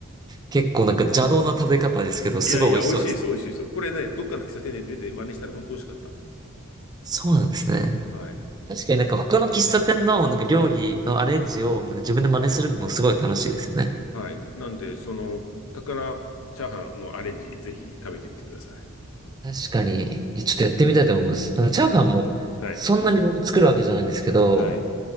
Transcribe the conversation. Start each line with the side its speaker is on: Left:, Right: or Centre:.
Right: 結構なんか邪道な食べ方ですけど、すごい美味しそうです。
Left: いやいや、美味しいですよ、美味しいですよ。これね、どっかの喫茶店で出て真似したら本当美味しかった。
Right: そうなんですね。
Left: はい。
Right: 確かになんか他の喫茶店のなんか料理のアレンジをなんか自分で真似するのもすごい楽しいですよね。
Left: うん。はい。なんで、その、高菜チャーハンのアレンジ、ぜひ食べてみてください。
Right: 確かに、ちょっとやってみたいと思います。なんかチャーハンもそんなに僕作るわけじゃないんですけど、
Left: ずはい。はい。